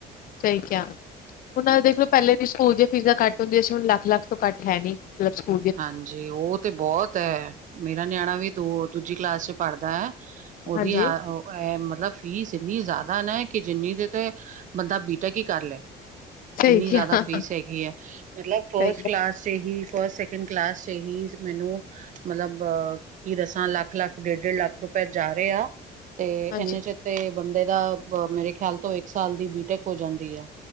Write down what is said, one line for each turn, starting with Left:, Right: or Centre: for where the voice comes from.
Left: ਸਹੀ ਕਿਹਾ ਆ ਹੁਣ ਦੇਖ ਲਓ ਪਹਿਲੇ ਵੀ ਸਕੂਲ ਦੀਆਂ ਫੀਸਾਂ ਘੱਟ ਹੁੰਦੀਆਂ ਸੀ ਹੁਣ ਲੱਖ, ਲੱਖ ਤੋਂ ਘੱਟ ਹੈ ਨਹੀਂ। ਮਤਲਬ ਸਕੂਲ
Right: ਹਾਂਜੀ ਉਹ ਤੇ ਬਹੁਤ ਐ ਮੇਰਾ ਨਿਆਣਾ ਵੀ ਦੋ ਦੂਜੀ ਕਲਾਸ ਚ ਪੜ੍ਹਦਾ।
Left: ਹਾਂਜੀ-ਹਾਂਜੀ,
Right: ਉਹਦੀ ਆ ਅ ਮਤਲਬ ਫੀਸ ਇੰਨੀ ਜ਼ਿਆਦਾ ਨਾ ਕਿ ਜਿੰਨੀ ਦੇ ਤੇ ਬੰਦਾ ਬੀਟੈਕ ਕਰ ਲੇ।
Left: ਸਹੀ
Right: ਇੰਨੀ ਜ਼ਿਆਦਾ
Left: ਕਿਹਾ,
Right: ਫੀਸ ਹੈਗੀ ਐ ਮਤਲਬ ਫਸਟ
Left: ਸਹੀ ਕਿਹਾ,
Right: ਕਲਾਸ ਚ ਹੀ ਫਸਟ ਕਲਾਸ ਚ ਹੀ ਮੈਨੂੰ ਮਤਲਬ ਕੀ ਦੱਸਾਂ ਲੱਖ, ਲੱਖ ਡੇਢ, ਡੇਢ ਲੱਖ ਰੁਪਏ ਜਾ ਰਹੇ ਆ। ਤੇ ਇਹਨੇ
Left: ਹਾਂਜੀ।
Right: ਚ ਤੇ ਬੰਦੇ ਦਾ ਮੇਰੇ ਖਿਆਲ ਤੋਂ ਇੱਕ ਸਾਲ ਦੀ ਬੀਟੈਕ ਹੋ ਜਾਂਦੀ ਆ।